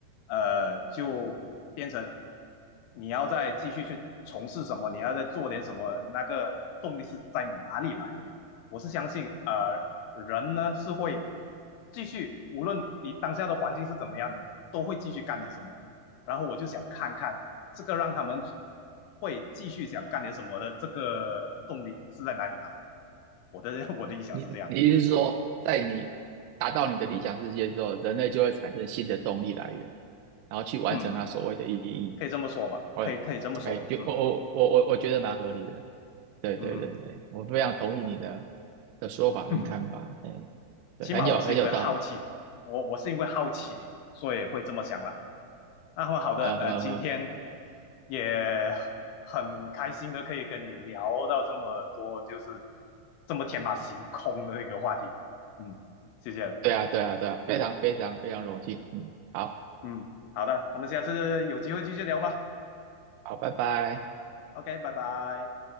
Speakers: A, on the left; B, on the right.
A: 呃，就变成你要再继续去从事什么，你要再做点什么，那个动力是在哪里来的？呢？我是相信，呃，人呢是会继续，无论你当下的环境是怎么样，你都会继续干点什么。然后我就想看看这个让他们会继续想干点什么的这个动力是在哪里来的。我的 <laughs> 我的意想是这样，
B: 你你意思是说，在你达到你的理想世界之后，人类就会产生新的动力来源，然后去完成它所谓的意义？
A: 嗯，可以这么说吧，
B: 哎哎，
A: 可以可以这么说，
B: 就我我我我我觉得蛮合理的，
A: 嗯
B: 对对对对，
A: 嗯
B: 我非常同意你的的说法跟看法，
A: 嗯。<laughs>
B: 哎，对，
A: 起码我是因为好奇，
B: 很有很有道理，
A: 我我是因为好奇，所以会这么想了。那么好的，
B: 呃呵呵，
A: 呃，今天也很开心的可以跟你聊到这么多，就是这么天马行空的一个话题。嗯，谢谢了。
B: 对啊对啊对啊，非常非常非常荣幸，嗯，好
A: 嗯，好的，我们下次有机会继续聊吧。
B: 好，拜拜。
A: OK，拜拜。